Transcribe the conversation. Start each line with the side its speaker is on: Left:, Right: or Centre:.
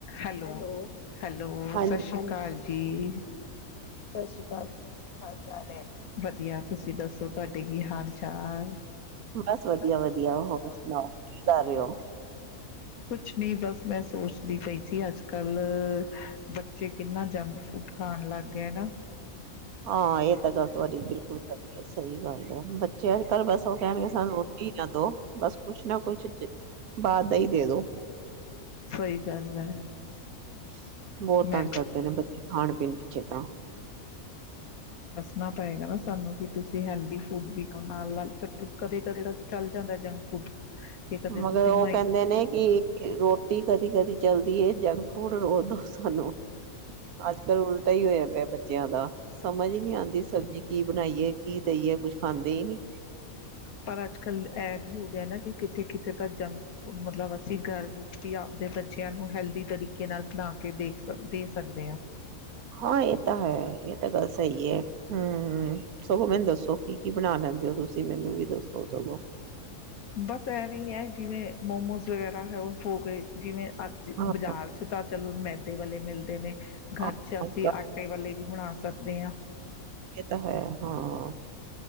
Left: Hello hello
Right: ਹਾਂਜੀ
Left: ਸਤਿ ਸ੍ਰੀ ਅਕਾਲ ਜੀ ਜੀ ਸਤਿ ਸ਼੍ਰੀ ਅਕਾਲ ਜੀ ਕੀ ਹਾਲ ਚਾਲ ਹੈ ਵਧੀਆ ਤੁਸੀਂ ਦੱਸੋ ਤੁਹਾਡੇ ਕੀ ਹਾਲ ਚਾਲ
Right: ਬਸ ਵਧੀਆ ਵਧੀਆ
Left: ਵਧ ਵਧਆ
Right: ਹੋਰ ਸੁਣਾਓ ਕੀ ਕਰ ਰਹੇ ਹੋ
Left: ਕੁਛ ਨ ਬਸ ਮੈਂ ਸੋਚ ਦੀ ਪਈ ਸੀ ਅੱਜ ਕੱਲ ਬੱਚੇ ਕਿੰਨਾ ਜੰਕ ਫੂਡ ਖਾਣ ਲੱਗ ਗਿਆਰ
Right: ਹਾਂ ਇਹ ਤਾਂ ਗਲਤ ਵਡੀ ਬਿਲਕੁਲ ਤਾਂ ਸਹੀ ਗੱਲ ਹੈ ਅੱਜ ਕੱਲ੍ਹ ਬਸ ਉਹ ਕਹਿਣਗੇ ਸਾਨੂੰ ਰੋਟੀ ਨਾ ਦੋ ਬਸ ਕੁਛ ਨਾ ਕੁਛ ਬਾਹਰ ਦਾ ਹੀ ਦੇ ਦੋ
Left: ਸਹੀ ਗੱਲ ਹੈ
Right: ਹ ਬਹੁਤ
Left: ਮੈਂ
Right: ਤੰਗ ਕਰਦੇ ਨੇ ਬੱਚੇ ਖਾਣ ਪਨਪੇ ਤਾਂ
Left: ਣਾ ਪਏਗਾ ਨਾ ਸਾਨੂੰ ਕਿ ਤੁਸੀਂ ਹੈਲਦੀ ਫੂਡ ਵੀ ਨਾਲ ਨਾਲ ਚ ਕਦੇ ਕਦੇ ਤਾਂ ਚੱਲ ਜਾਂਦਾ ਜੰਕ ਫੂਡ ਕਿ ਕਦੇ
Right: ਮਗਰ
Left: ਤੁਸੀਂ
Right: ਉਹ
Left: ਮ
Right: ਕਹਿੰਦੇ ਨੇ ਕਿ ਰੋਟੀ ਕਦੀ ਕਦੀ ਚਲਦੀ ਜੰਕ ਫੂਡ ਰੋ ਦੋ ਸਾਨੂੰ ਅੱਜ ਕੱਲ ਉਲਟਾ ਹੀ ਹੋਇਆ ਪਿਆ ਬੱਚਿਆਂ ਦਾ ਸਮਝ ਨੀ ਆਉਂਦੀ ਸਬਜ਼ੀ ਕੀ ਬਣਾਈਏ ਕੀ ਦੇਈਏ ਕੁਛ ਖਾਂਦੇ ਹੀ ਨੀ
Left: ਪਰ ਅੱਜ ਕੱਲ ਇਹ ਵੀ ਹੋ ਗਿਆ ਨਾ ਕਿ ਕਿਤੇ ਕਿਤੇ ਤਾਂ ਜੰਕ ਫੂਡ ਮਤਲਬ ਅਸੀਂ ਘਰ ਵਿੱਚ ਵੀ ਆਪਦੇ ਬੱਚਿਆਂ ਨੂੰ ਹੈਲਦੀ ਤਰੀਕੇ ਨਾਲ ਬਣਾ ਕੇ ਦੇਖ ਦੇ ਸਕਦੇ ਹਾਂ
Right: ਹਾਂ ਇਹ ਤਾਂ ਹੈ ਇਹ ਤਾਂ ਗੱਲ ਸਹੀ ਹੈ ਹਮ ਹਮ ਸਗੋਂ ਮੈਨੂੰ ਦੱਸੋ ਕੀ ਕੀ ਬਣਾ ਲੈਂਦੇ ਹੋ ਤੁਸੀਂ ਮੈਨੂੰ ਵੀ ਦੱਸੋ ਸਗੋਂ
Left: ਬਸ ਇਹਵੇਂ ਹੈ ਜਿਵੇਂ ਮੋਮੋਸ ਵਗੈਰਾ ਹੈ ਉਹ ਹੋ ਗਏ ਜਿਵੇਂ ਅ
Right: ਹਾਂ
Left: ਬਾਜ਼ਾਰ ਚ ਤਾਂ ਚਲੋ ਮੈਦੇ ਵਾਲੇ ਮਿਲਦੇ ਨੇ
Right: ਹਾਂ,
Left: ਘਰ ਚ ਅਸੀਂ ਆਟੇ ਵਾਲੇ ਵੀ ਬਣਾ ਸਕਦੇ ਹਾਂ
Right: ਇਹ ਤਾਂ ਹੈ ਹਾਂ